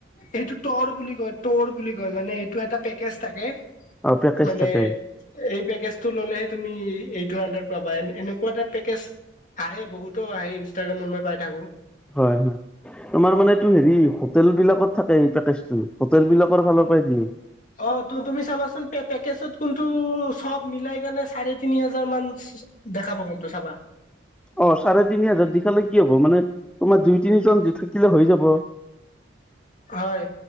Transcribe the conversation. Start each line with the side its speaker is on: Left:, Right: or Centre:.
Left: এইটো তৰ বুলি কয় তৰ বুলি কয় মানে এইটো এটা পেকেজ থাকে।
Centre: অ পেকেজ
Left: মানে
Centre: থাকে
Left: এই পেকেজটো ল'লেহে তুমি এইটো আন্ডাৰত পাবা এনেকুৱ এটা পেকেজ আহে বহুতৰ আহে ইনষ্টাগ্ৰামত মই পাই থাকো।
Centre: হয়, হয়। তোমাৰ মানে এইটো হেৰি হোটেলবিলাকত থাকে এই পেকেজটো, হোটেলবিলাকৰ ফালৰ পৰা দিয়ে।
Left: অহ, তু-তুমি চাবাচোন পেকেজত কোনটো চব মিলাই কেনে চাৰে তিনি হাজাৰ মান দেখাব মনটো চাবা।
Centre: অহ, চাৰে তিনি হাজাৰ দি খালে কি হ'ব মানে তোমাৰ দুই তিনিজন থাকিলে হৈ যাব।
Left: হয়,